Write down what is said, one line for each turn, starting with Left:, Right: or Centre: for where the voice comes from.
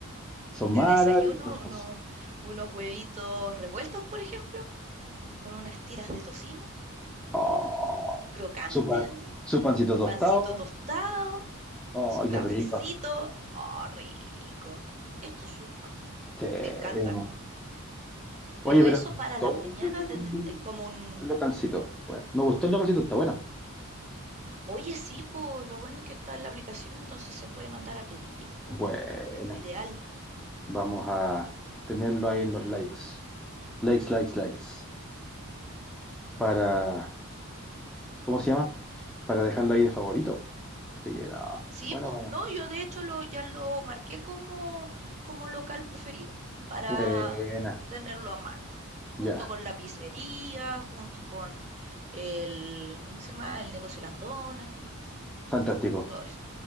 Centre: Son
Right: De
Centre: maravillosos.
Right: desayuno, unos, unos huevitos revueltos, por ejemplo, con unas tiras de tocino,
Centre: Oh,
Right: crocantes,
Centre: su, pa-
Right: así,
Centre: su pancito tostado.
Right: pancito tostado,
Centre: Oh,
Right: su
Centre: qué
Right: cafecito.
Centre: rico.
Right: ¡Oh, rico! Exquisito.
Centre: Sí, además.
Right: Me encanta.
Centre: Oye,
Right: Pero
Centre: pero
Right: eso para
Centre: todo
Right: la mañana
Centre: el
Right: tendr- es como un,
Centre: el localcito. Bueno, me gustó el localcito, está bueno.
Right: Oye, sí, po, lo bueno es que está en la aplicación, entonces se puede mandar a pedir, po,
Centre: Buena.
Right: lo ideal.
Centre: Vamos a tenerlo ahí en los likes. Likes, likes, likes. Para, ¿cómo se llama? Para dejarlo ahí de favorito. Así que, no.
Right: Sí,
Centre: Bueno,
Right: po,
Centre: bueno.
Right: no, yo de hecho lo, ya lo marqué como, como local preferido para
Centre: Buena.
Right: tenerlo a mano, junto
Centre: Ya.
Right: con la pizzería, junto con el, ¿cómo se llama? El negocio de las donas,
Centre: Fantástico.
Right: y todo eso,